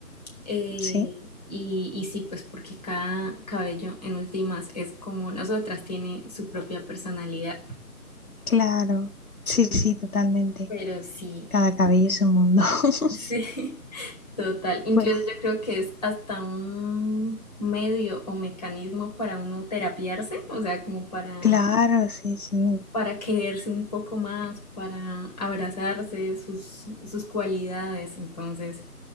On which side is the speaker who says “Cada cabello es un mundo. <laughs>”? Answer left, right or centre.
Left